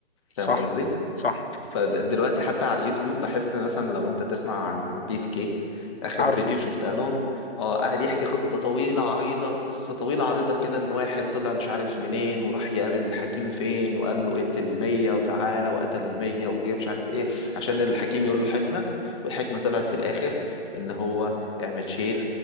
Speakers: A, on the left; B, on the left.
A: صح
B: فاهم قصدي؟
A: صح
B: فدلوقتي حتى على اليوتيوب بحس مثلا لو انت تسمع عن بيس كيك اخر
A: عارفه
B: فيديو شفتها لهم اه قاعد يحكي قصة طويلة عريضة قصة طويلة عريضة كده ان واحد طلع مش عارف منين وراح يقابل الحكيم فين وقال له اقتل المية وتعالى وقتل المية وجه مش عارف ايه عشان الحكيم يقول له حكمة والحكمة طلعت في الاخر ان هو اعمل شير